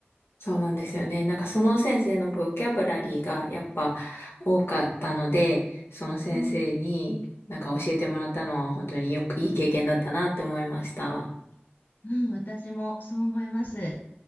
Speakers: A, on the left; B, on the left.
A: そうなんですよね。なんかその先生のボキャブラリーがやっぱ多かったので、その先生になんか教えてもらったのは本当によくいい経験だったなって思いました。
B: うん。うん、私もそう思います。